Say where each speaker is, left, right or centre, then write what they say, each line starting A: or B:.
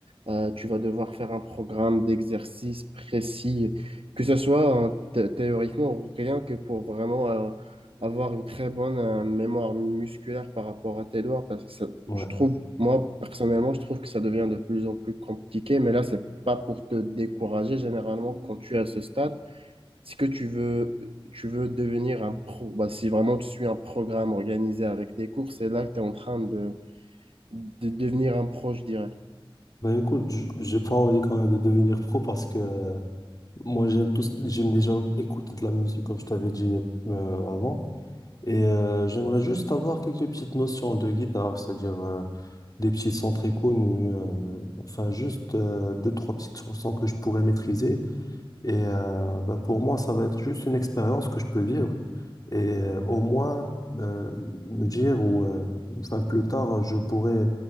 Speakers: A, on the right; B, on the left.
A: euh, tu vas devoir faire un programme d'exercice précis, que ce soit euh, thé- théoriquement ou rien que pour vraiment euh, avoir une très bonne euh, mémoire musculaire par rapport à tes doigts. Parce que ça-
B: Ouais.
A: je trouve, moi, personnellement, je trouve que ça devient de plus en plus compliqué, mais là, c'est pas pour te décourager. Généralement, quand tu es à ce stade, si que tu veux, tu veux devenir un pro, bah, si vraiment tu suis un programme organisé avec des cours, c'est là que tu es en train de, de devenir un pro, je dirais.
B: Bah écoute, j- j'ai pas envie quand même de devenir pro parce que euh, Moi, j'aime tous, j'aime déjà écouter de la musique, comme je t'avais dit euh, avant. Et euh, j'aimerais juste avoir quelques petites notions de guitare, c'est-à-dire euh, des petits sons très connus, euh, enfin juste euh, deux, trois petites chansons que je pourrais maîtriser. Et euh, bah, pour moi, ça va être juste une expérience que je peux vivre. Et euh, au moins euh, me dire, ou euh, enfin plus tard, je pourrais